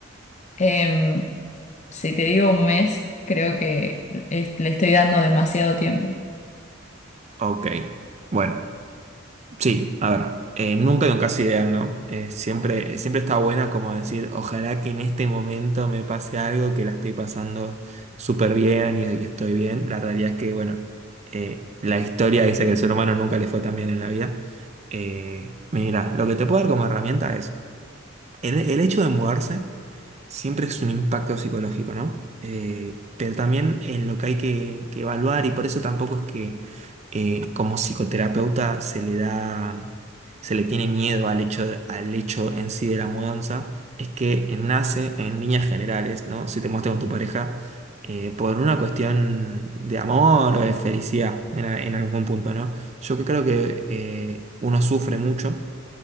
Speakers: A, on the left; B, on the right.
A: Em, si te digo un mes, creo que es- le estoy dando demasiado tiempo.
B: Ok. Bueno. Sí, a ver, eh, nunca hay un caso ideal, ¿no? Eh, siempre, siempre está buena como decir, ojalá que en este momento me pase algo, que la estoy pasando súper bien y, y estoy bien. La realidad es que, bueno, eh, la historia dice que el ser humano nunca le fue tan bien en la vida. Eh, mira, lo que te puedo dar como herramienta es el, el hecho de mudarse siempre es un impacto psicológico, ¿no? Eh, pero también en lo que hay que, que evaluar y por eso tampoco es que eh, como psicoterapeuta se le da, se le tiene miedo al hecho, de- al hecho en sí de la mudanza, es que nace en líneas generales, ¿no? Si te muestras con tu pareja, eh, por una cuestión de amor o de felicidad en, a- en algún punto, ¿no? Yo creo que eh, uno sufre mucho